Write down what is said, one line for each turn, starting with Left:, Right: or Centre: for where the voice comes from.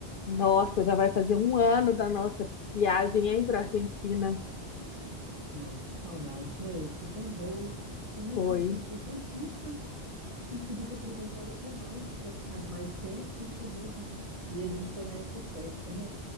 Left: Nossa, já vai fazer um ano da nossa viagem, hein, para Argentina.
Right: Nossa, que saudades, né? Foi tão boa. Pena
Left: Foi,
Right: que, que foi tão curta, podia ter aproveitado até mais, se tivesse ficado mais tempo, isso foi bom demais. E a gente foi na época certa, né?